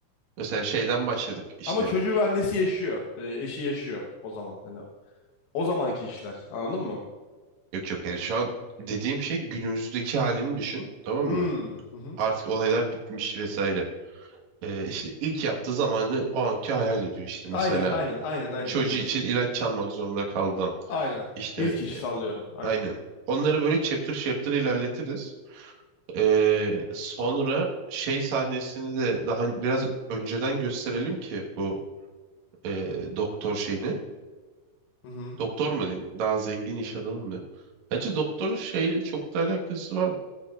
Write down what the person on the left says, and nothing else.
Ama çocuğu ve annesi yaşıyor. Ee, eşi yaşıyor o zaman. Hani o zamanki işler anladın mı?
Hmm.
Hı-hı.
Aynen aynen aynen aynen
aynen.
Aynen.
İlk iş sallıyorum aynen.
Hı-hı.